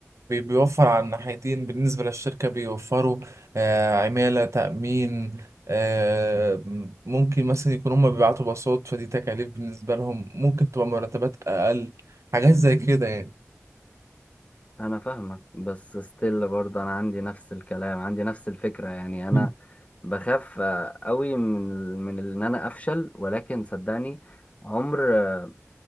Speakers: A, on the right (about 75°); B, on the left (about 25°).
A: بي- بيوفر على الناحيتين بالنسبة للشركة بيوفروا آه، عمالة تأمين آه، ممكن مثلا يكون هما بيبعتوا باصات فدي تكاليف بالنسبة لهم ممكن تبقى مرتبات أقل حاجات زي كده يعني
B: انا فاهمك بس ستيل برضه انا عندي نفس الكلام عندي نفس الفكره يعني انا
A: مم.
B: بخاف آه، قوي من ال- من ال- ان انا افشل ولكن صدقني عمر آه،